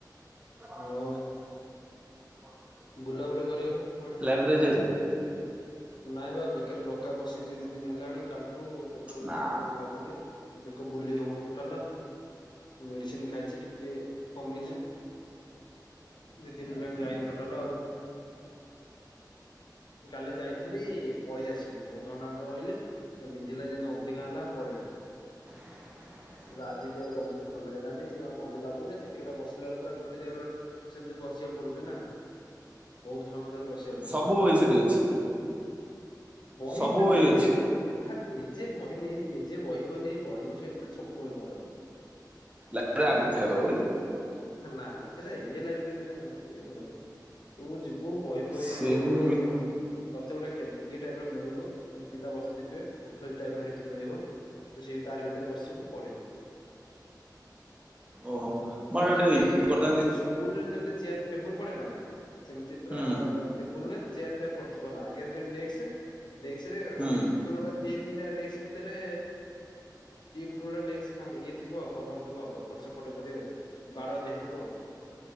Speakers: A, on the right; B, on the left.
A: <unintelligible>
B: ଆଉ ବୁଲାବୁଲି କରିବାକୁ କୁଆଡେ।
A: ଲାଇବ୍ରେରୀ ଯାଇଥିଲୁ।
B: ନାଇବା ବେକରେ ରକା ପସିଛି ଦି ଦିନ ହେଲାଣି କାଲିଠୁ ବେକକୁ ଜମା
A: ନା
B: ଭଲ ଲାଗୁନି। ବେକ ବୁଲେଇ ହଉନି ଟୋଟାଲ ମେଡିସିନ ଖାଇଛି ଟିକେ କମିଛି। ଦି ଦିନ ହେଲାଣି ଯାଇନି ଟୋଟାଲ ଆଉ। କାଲି ଯାଇଥିଲି ପଳେଇ ଆସି ଦି ଅଧଘଣ୍ଟା ଖଣ୍ଡେ ରହିଲି ବିନ୍ଧିଲା ଯେମିତି ଅଧିକା ହେଲା ପଳେଇ ଆଇଲି।
A: ହ <inaudible>
B: ଆଜି ବି ଆଉ ଗଲିନି ଭଲ ଲାଗିଲାନି ଭଲ ଲାଗୁନି ସେଠି ଗୋଟେ ବସିଲା ବେଳକୁ ପୁରା ଗୋଟେ ଜାଗାର ସେମିତି ବସିବାକୁ ପଡୁଛି ନା ବହୁତ ସମୟ ଧରି ବସିବାକୁ ପଡୁଛିୁ
A: ସବୁ
B: ତ
A: ବହି
B: ସେ
A: ସେଠି
B: ହୁଁ
A: ଅଛି
B: ବହି
A: ସବୁ
B: ଆରେ ନିଜେ
A: ଅଛି।
B: ହାକ୍ ନିଜେ ବହି ନେଇ ନିଜେ ବହି ଫଇ ନେଇ ପଢିବୁ ସେଇଠି ନା ସବୁ ବହି କଁ ରହିବ।
A: ଲାଇବ୍ରେରୀ
B: ଆରେ
A: ଆଗରୁ
B: ଗୋଟେ
A: ଥାଏ ବା
B: ଜା
A: ବହି
B: ନା ନା ସେଇଟା ଇଏ ଲାଇବ୍ରେରୀ ନା। <inaudible> ତୁ ଯିବୁ ବହି ଫଇ
A: ସେମି
B: ତୋର କଁ। ତତେ ଗୋଟେ କେ ଇଏ ଟାଇପ ର ମିଳିବ ଯେମିତି ପିଲା ବସିଥିବେ କୋଠରୀ ଟାଇପର ହେ ମିଳିବ ତୁ ସେ ତାରି ଭିତେରେ ବସିବୁ ପଢିବୁ।
A: ଓହୋ ମୋର
B: ମାନେ
A: ଗୋଟେ
B: ଯେମିତି।
A: ଇଏ କରିଥାନ୍ତି
B: ସ୍କୁଲରେ ଯେମତି ଚେୟାର ଟେବୁଲ ପଡେ ନା ସେମିତି ପୁରା
A: ହୁଁ
B: ଟେବୁଲ ହୁଏ ଚେୟାର ୟାର ପଡିଥିବ ହେଲା ଆଗରେ ଯେମିତି ଡେକ୍ସ ଡେକ୍ସରେ
A: ହୁଁ
B: ମାନେ ତୋର ଗୋଟା ଦି ଦିଟା ଡେକ୍ସ ଭିତରେ ଦି ପଟ ଗୁଡା ଡେକ୍ସ ଫା ଇଏ ଥିବ କଭର ଥିବ ଆଉ। ଏପଟ ସେପଟ କରି ଆଉ ବାଡ଼ ଦିଆ ହେଇଥିବ ଆଉ